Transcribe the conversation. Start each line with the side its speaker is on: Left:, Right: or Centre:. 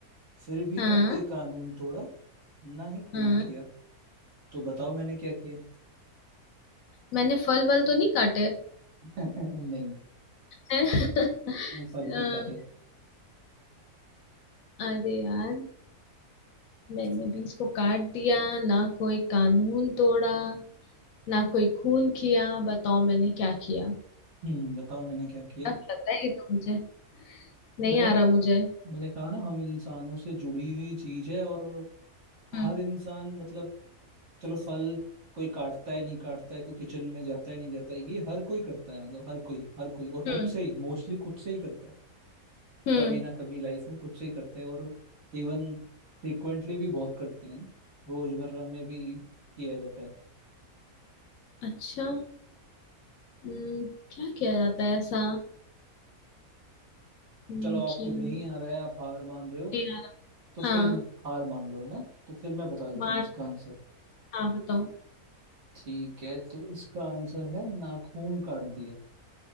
Right: फिर भी
Left: हाँ
Right: ना कोई कानून तोड़ा ना ही खून
Left: हाँ
Right: किया तो बताओ मैंने क्या किया
Left: मैंने फल वल तो नहीं काटे
Right: <laughs> नहीं
Left: हैं <laughs>
Right: फल
Left: अम,
Right: नहीं काटे
Left: अरे यार मैंने भी इसको काट दिया ना कोई कानून तोड़ा ना कोई खून किया बताओ मैंने क्या किया
Right: हम्म बताओ मैंने क्या किया
Left: टफ लग रहा है ये तो मुझे नहीं
Right: मैंने
Left: आ रहा मुझे
Right: मैंने कहा ना हम इंसानों से जुड़ी हुई चीज है और
Left: हम्म
Right: हर इंसान मतलब चलो फल कोई काटता है नहीं काटता है कोई किचन में जाता है नहीं जाता है ये हर कोई करता है मतलब हर कोई हर कोई और
Left: हम्म
Right: खुद से ही मोस्टली खुद से ही करता है
Left: हम्म
Right: कभी ना कभी लाइफ में खुद से ही करते हैं और इवन फ्रिक्वेंटली भी बहुत करते हैं रोजमर्रा में भी किया जाता है
Left: अच्छा हम्म, क्या किया जाता है ऐसा हम्म,
Right: चलो आपको
Left: किया
Right: नहीं
Left: ना-
Right: आ रहा है आप हार मान रहे हो
Left: नहीं आ रहा
Right: तो फिर
Left: हाँ
Right: हार मान लो है ना तो फिर मैं बता देता
Left: मार
Right: हूँ इसका आंसर
Left: हाँ बताओ
Right: ठीक है तो इसका आंसर है नाखून काट दिया